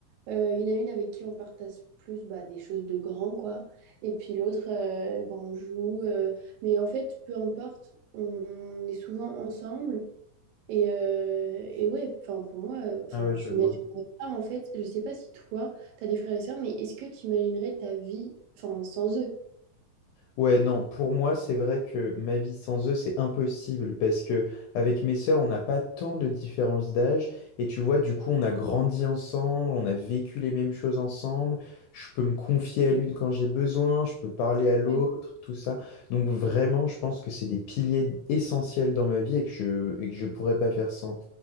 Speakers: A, on the right; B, on the left.
A: Euh, Il y en a une avec qui on partage plus bah, des choses de grand, quoi. Et puis l'autre, euh, bah, on joue. euh, mais en fait, peu importe, on, on est souvent ensemble. Et, euh, et ouais, enfin, pour moi, euh, enfin,
B: Ah ouais,
A: j'imagine
B: je vois.
A: pas, en fait, je sais pas si toi, tu as des frères et sœurs, mais est-ce que tu imaginerais ta vie, enfin, sans eux?
B: Ouais, non, pour moi, c'est vrai que ma vie sans eux, c'est impossible parce que avec mes sœurs, on n'a pas tant de différence d'âge et tu vois, du coup, on a grandi ensemble, on a vécu les mêmes choses ensemble. Je peux me confier à l'une quand j'ai besoin, je peux parler à
A: Ouais.
B: l'autre, tout ça. Donc vraiment, je pense que c'est des piliers essentiels dans ma vie et que je et que je pourrais pas faire sans.